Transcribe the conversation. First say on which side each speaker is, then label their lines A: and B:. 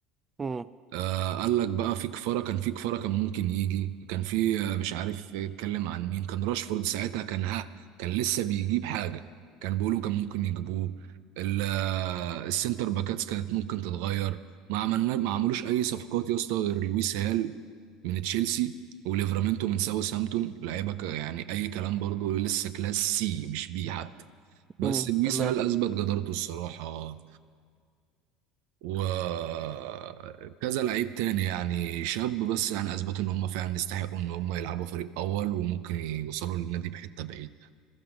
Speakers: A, on the right; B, on the right.
A: امم
B: آه قال لك بقى في كفارة كان في كفارة كان ممكن يجي كان في آه، مش عارف اتكلم عن مين كان راشفورد ساعتها كان ها كان لسه بيجيب حاجة كان بيقولوا كان ممكن يجيبوه ال- آه، السنتر باكاتس كانت ممكن تتغير ما عملنا ما عملوش أي صفقات يا اسطى غير لويس هال من تشيلسي وليفرامينتو من ساوثهامبتون لعيبة ك- يعني أي كلام برضه لسه كلاس سي مش بي حتى بس
A: امم
B: لويس
A: تمام
B: هال أثبت جدارته الصراحة وكذا لعيب تاني يعني شاب بس يعني اثبتوا ان هم فعلا يستحقوا ان هم يلعبوا فريق اول وممكن يوصلوا للنادي بحته بعيد